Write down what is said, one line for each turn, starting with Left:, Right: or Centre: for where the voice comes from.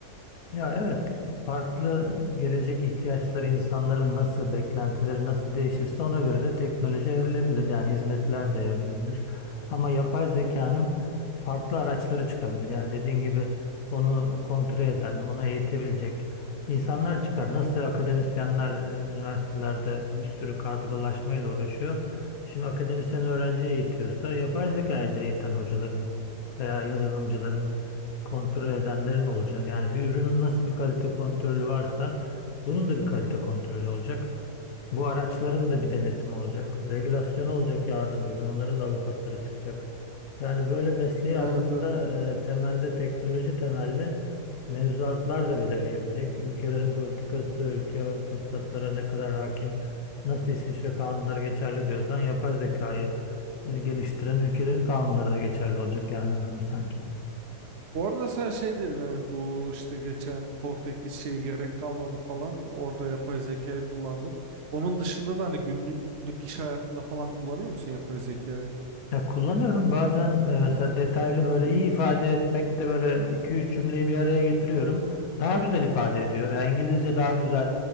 Left: Ya evet, farklı gelecek ihtiyaçları insanların nasıl, beklentileri nasıl değişirse ona göre de teknoloji evrilebilir. Yani hizmetler de evrilebilir. Ama yapay zekanın farklı araçları çıkabilir. Yani dediğin gibi onu kontrol eden, onu eğitebilecek insanlar çıkar. Nasıl akademisyenler e, üniversitelerde bir sürü kadrolaşmayla uğraşıyor. Şimdi akademisyen öğrenci eğitiyorsa yapay zekayı da eğiten hocaların veya yazılımcıların kontrol edenlerin olacağı. Yani bir ürünün nasıl bir kalite kontrolü varsa bunun da bir kalite kontrolü olacak. Bu araçların da bir denetimi olacak. Regülasyon olacak yarın öbür gün. Onların da avukatları çıkacak. Yani böyle mesleği
Right: Evet,
Left: aslında
Right: evet.
Left: e, temelde teknoloji temelli mevzuatlar da belirleyebilecek. Ülkelerin politikası, ülke o fırsatlara ne kadar hakim, nasıl İsviçre kanunları geçerli diyorsan yapay zekayı e, geliştiren ülkelerin kanunları da geçerli olacak yarın öbür gün sanki.
Right: Bu arada sen şey dedin hani bu işte geçen Portekiz şeyi gerek kalmadı falan orada yapay zekayı kullandım. Onun dışında da hani günlük iş hayatında falan kullanıyor musun yapay zekayı?
Left: Ya kullanıyorum bazen e, mesela detaylı böyle iyi ifade etmekte böyle iki üç cümleyi bir araya getiriyorum. Daha güzel ifade ediyor. Yani İngilizce daha güzel